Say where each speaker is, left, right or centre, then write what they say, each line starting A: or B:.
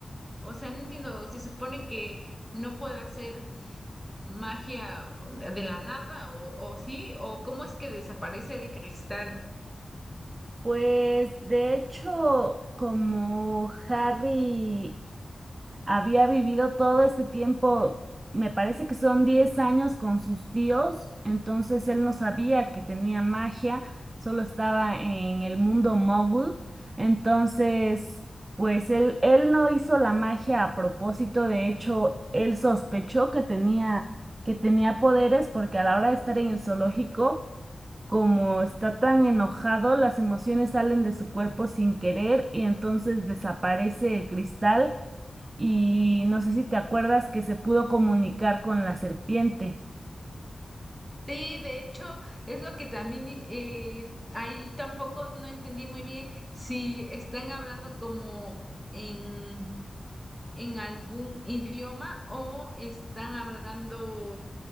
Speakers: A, in the centre; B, on the right.
A: O sea, no entiendo, se supone que no puede hacer magia de la nada, o, o sí, o cómo es que desaparece el cristal.
B: Pues de hecho, como Harry había vivido todo ese tiempo, me parece que son 10 años con sus tíos, entonces él no sabía que tenía magia, solo estaba en el mundo mogul, entonces pues él, él no hizo la magia a propósito, de hecho él sospechó que tenía, que tenía poderes porque a la hora de estar en el zoológico, como está tan enojado, las emociones salen de su cuerpo sin querer y entonces desaparece el cristal y no sé si te acuerdas que se pudo comunicar con la serpiente.
A: Sí, de hecho, es lo que también eh, ahí tampoco no entendí muy bien si están hablando como en, en algún idioma o están hablando